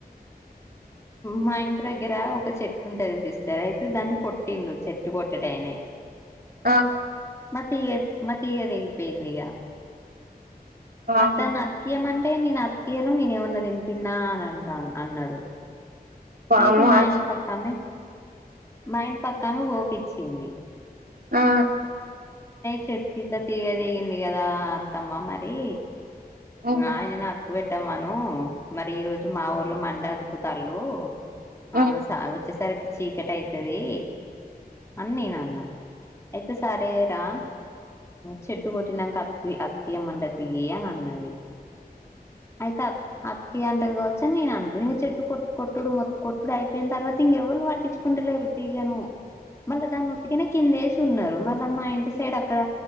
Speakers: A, on the left; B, on the right.
A: మా ఇంటి దగ్గర ఒక చెట్టు ఉంటది సిస్ సర అయితే దాన్ని కొట్టిండు చెట్టు కొట్టేటైనే
B: ఆ
A: మతిగ మతిదేగిపోయింది యిగ
B: అవును.
A: అతన అక్క ఏమన్ అంటే నేను అతికియను నేను ఏమన్నా తెంపినా అని అంట అన్నాడు
B: వామ్మో
A: అయితే మా
B: ఆ
A: ఇంట్ పక్కా ఆమే మా ఇంట్ పక్క ఆమే ఓ పిచ్చింది
B: ఆ
A: చెట్టు ఇట్లా తీగదిగింది కదా అత్తమ్మ మరి
B: ఉమ్, ఉమ్,
A: ఆయన నాకు పెట్టాం మను మరి ఈ రోజు మా ఊర్ళ మడాకుతల్ళు
B: ఉమ్,
A: ఆన్స ఓ వచ్చేసరికి చీకటి అయితది అని నేన్ అన్న అయితే సరేరా చెట్టు కొట్టినాక అతుకి అతుకియమండతియ అని అన్నది అయితే అతకి అంటది కాచ్చ అని నేను అనుకు ఇక చెట్టు కొట్టుడు మొ కొట్టుడు అయిపోయిన తర్వాత ఇంక ఎవరుట్ పట్టించుకుంటలేరు తీగను మళ్ళా ఉతకని దాన్ని ఉతికి కిందే ఎస్ ఎస్తున్నారు మళ్ళ మా ఇంటి సైడ్ అక్కడ